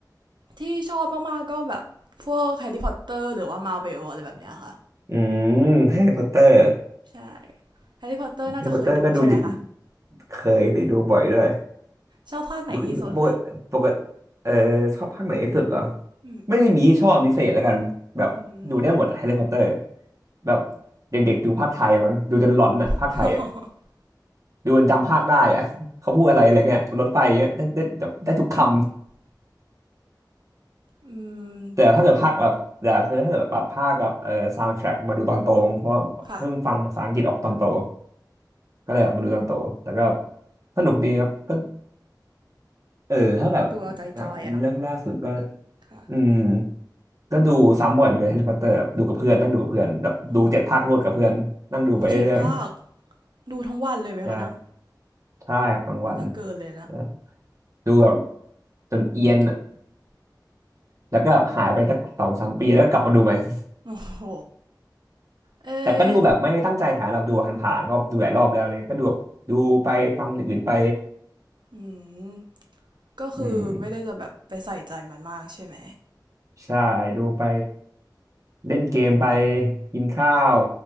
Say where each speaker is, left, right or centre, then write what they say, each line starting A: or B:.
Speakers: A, on the right; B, on the right.
A: ที่ชอบมากๆก็แบบพวกแฮร์รี่พอตเตอร์หรือว่ามาร์เวลอะไรแบบเนี้ยค่ะ
B: อืมแฮร์รี่พอตเตอร์
A: ใช่แฮร์รี่พอตเตอร์น่าจะเคยดูใช่ไหมคะ
B: แฮร์รี่พอตเตอร์ก็ดูเยอะเคยสิดูบ่อยด้วย
A: ชอบภาคไหนที่สุดคะ
B: ดูปกติปกติเออชอบภาคไหนที่สุดเหรอ
A: อืม
B: ไม่ได้มีที่ชอบพิเศษแล้วกันแบบดูได้หมดแฮร์รี่พอตเตอร์
A: อืม
B: แบบเด็กๆดูภาคไทยมั้งดูจนหลอนอ่ะภาคไทยอ่ะ
A: <laughs>
B: ดูจนจำภาคได้อ่ะ <laughs> เขาพูดอะไรอะไรเงี้ยบนรถไฟเงี้ยได้ได้แบบได้ทุกคำ
A: อืม
B: แต่ถ้าเกิดภาคแบบแต่คือถ้าเกิดแบบภาคกับเอ่อซาวด์แทร็กมาดูตอนโตมั้งเพราะเพิ่งฟังภาษาอังกฤษออกตอนโต
A: ค่ะ
B: ก็เลยมาดูตอนโตแต่ก็สนุกดีครับก็เออถ้าแบบหนังเรื่องล่าสุดก็
A: ดูเอาใจจอยอะเนาะค่ะ
B: อืม ก็ดูซ้ำบ่อยเหมือนกันแฮร์รี่พอตเตอร์ดูกับเพื่อนนั่งดูกับเพื่อนแบบดูเจ็ดภาครวดกับเพื่อนนั่งดูไปเรื่อย
A: อืมโอ้เจ็ดภาคดูทั้งวันเลยไหมคะเนะ
B: ๆใช่ใช่ครับางวัน
A: น่าจะเกินเลยนะ
B: ใช่ดูแบบจนเอียนอะแล้วก็หายไปสักสองสามปีแล้วก็กลับมาดูใหม่ <laughs>
A: โอ้โหเออ
B: แต่ก็ดูแบบไม่ได้ตั้งใจหาเราดูผ่านๆก็ดูหลายรอบแล้วอะไรเงี้ยก็ดูแบบดูไปฟังอย่างอื่นไป
A: อืมก็คือไม่ได้จะแบบไปใส่ใจมันมากใช่ไหม
B: อืมใช่ดูไปเล่นเกมไปกินข้าว